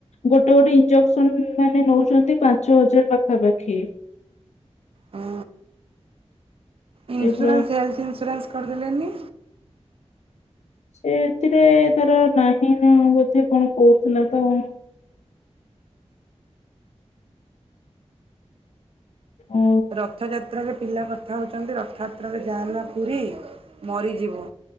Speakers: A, on the left (about 80°); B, on the right (about 55°).
A: ଗୋଟେ ଗୋଟେ ଇଞ୍ଜେକ୍ସନ ମାନେ ନେଉଛନ୍ତି ପାଞ୍ଚ ହଜାର ପାଖାପାଖି
B: ହଁ। ଇନ୍ସୁରାନ୍ସ
A: ସେ ପୁରା
B: ଲାଇଫ ଇନ୍ସୁରାନ୍ସ କରିଦେଲେନି।
A: ସେ ଏଥିରେ ତର ନାହିଁ ନା ବୋଧେ କଣ କହୁଥିଲା ତ। ଅ
B: ରଥଯାତ୍ରାରେ ପିଲା କଥା ହଉଛନ୍ତି ରଥଯାତ୍ରାରେ ଯାଆ ନା ପୁରୀ। ମରିଯିବ